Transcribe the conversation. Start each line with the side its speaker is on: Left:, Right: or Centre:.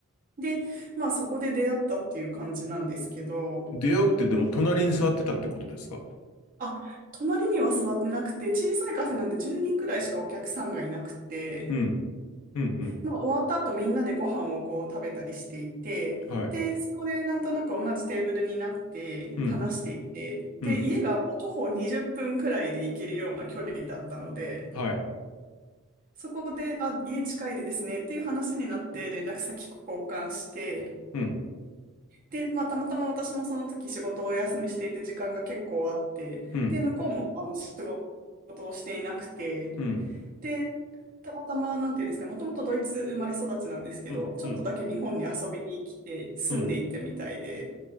Right: で、まあそこで出会ったっていう感じなんですけど、
Left: 出会うってでも隣に座ってたってことですか
Right: あ、隣には座ってなくて、小さいカフェなんで10人くらいしかお客さんがいなくて、
Left: うん、うん、うん、
Right: まあ、終わった後みんなでご飯をこう食べたりしていて、
Left: はい、
Right: で、そこでなんとなく同じテーブルになって話していて、
Left: うん、
Right: で、
Left: うん、
Right: 家がもう徒歩20分くらいで行けるような距離だったので、
Left: はい、
Right: そこで、あ、家近いですねっていう話になって連絡先交換して、
Left: うん、
Right: で、まあ、たまたま私もその時仕事をお休みしていて時間が結構あって、
Left: うん、
Right: で、向こうもあの仕事をしていなくて、
Left: うん、
Right: で、たまたま、なんていうんですかねもともとドイツ生まれ育ちなんですけど、
Left: うん、
Right: ちょっとだけ日本に遊びに来て、
Left: うん、
Right: 住んでいたみたいで、
Left: うん、